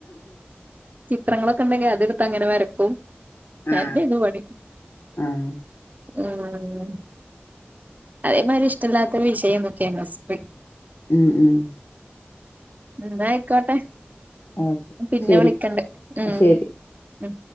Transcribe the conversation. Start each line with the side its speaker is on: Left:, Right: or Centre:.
Right: ചിത്രങ്ങളൊക്കെണ്ടെങ്കി അത്ട്ത്തങ്ങനെ വരക്കും
Left: ആഹ്
Right: തേന്നുപണി
Left: ആഹ്
Right: ഉം അതേമായ്രി ഇഷ്ടല്ലാത്ത വിഷയേന്നു കെമിസ്ട്രി
Left: ഉം ഉം
Right: ഇന്നാ ആയിക്കോട്ടെ
Left: ഓക്കെ
Right: ഞാ പിന്നെ
Left: ശരി
Right: വിളിക്കണ്ട് ഉം
Left: ശരി
Right: ഉം